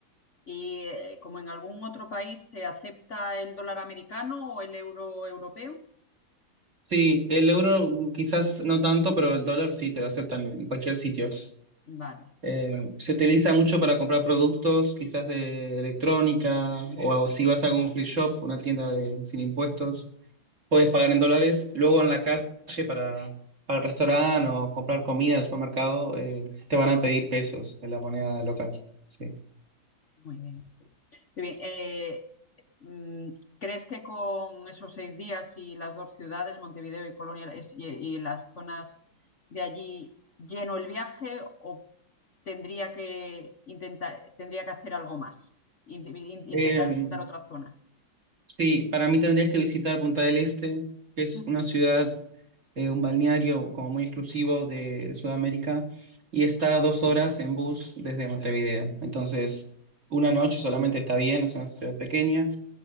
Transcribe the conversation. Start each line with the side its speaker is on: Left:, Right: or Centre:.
Left: y eh, como en algún otro país se acepta el dólar americano o el euro europeo.
Right: Sí, el euro mm, quizás no tanto, pero el dólar sí te lo aceptan en cualquier sitio.
Left: Vale,
Right: Eh, se utiliza mucho para comprar productos, quizás de electrónica, o, o si vas a algún free shop, una tienda de, sin impuestos, puedes pagar en dólares. Luego en la calle para, para el restaurante o comprar comida en el supermercado, eh, te van a pedir pesos en la moneda local. Sí.
Left: muy bien. Muy bien. eh, mm, ¿crees que con esos seis días y las dos ciudades, Montevideo y Colonia, es- y, y las zonas de allí, lleno el viaje o tendría que intentar, tendría que hacer algo más? Int- in- intentar
Right: Eh,
Left: visitar otra zona.
Right: Sí, para mí tendrías que visitar Punta del Este, que es
Left: Ujú.
Right: una ciudad, eh, un balneario como muy exclusivo de, de Sudamérica, y está a dos horas en bus desde Montevideo. Entonces, una noche solamente está bien, es una ciudad pequeña,